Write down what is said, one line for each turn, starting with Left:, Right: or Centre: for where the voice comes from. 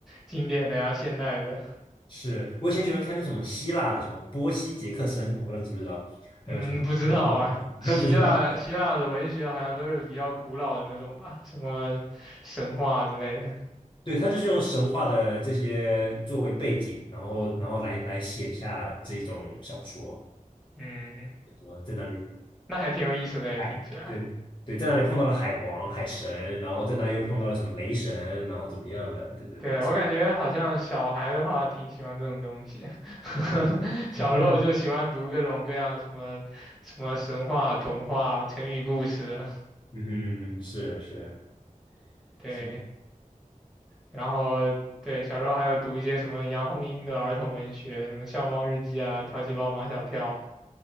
Centre: 经典的呀、现代的。
Left: 是，我以前喜欢看那什么希腊的，什么波西·杰克森，我不知道你知不知道，还有什么波波斯的，
Centre: 嗯，不知道啊，希腊希腊的文学好像都是比较古老的那种吧，
Left: <laughs> 不知道。
Centre: 什么神话之类的。
Left: 对，他就是用神话的这些作为背景，然后然后来来写下这种小说，
Centre: 嗯，
Left: 什么在哪里
Centre: 那还挺有意思的，
Left: 哎，
Centre: 听起来。
Left: 对对，在哪里碰到了海王、海神，然后在那里又碰到了什么雷神，然后怎么样的？对对对，
Centre: 对，
Left: 什么
Centre: 我感觉好像小孩的话挺喜欢这种东西，<laughs>
Left: 对对对，<laughs>
Centre: 小时候就喜欢读各种各样什么什么神话、童话、成语故事，
Left: 嗯哼，是是
Centre: 对，
Left: 是，
Centre: 然后对小时候还有读一些什么杨红樱的儿童文学，什么《笑猫日记》啊，《淘气包马小跳》啊，